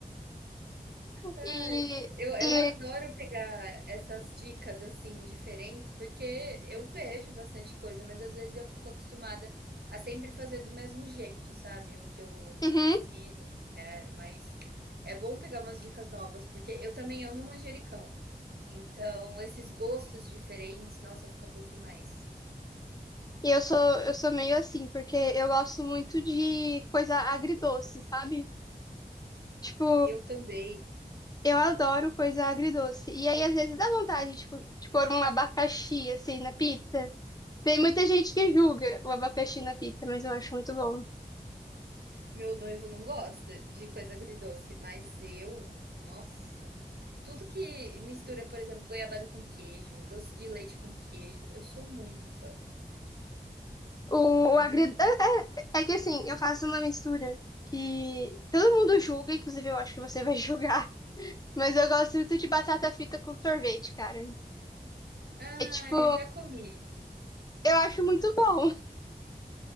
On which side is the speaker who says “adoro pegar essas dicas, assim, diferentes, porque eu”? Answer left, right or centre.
Right